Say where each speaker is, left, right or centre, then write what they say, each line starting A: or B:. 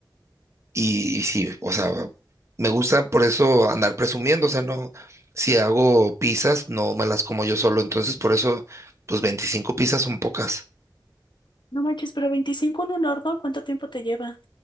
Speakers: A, on the right (about 40°); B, on the left (about 85°).
A: Y, y sí, o sea, me gusta por eso andar presumiendo, o sea, no, si hago pizzas, no me las como yo solo, entonces por eso, pues 25 pizzas son pocas.
B: No manches, pero 25 en un horno, ¿cuánto tiempo te lleva?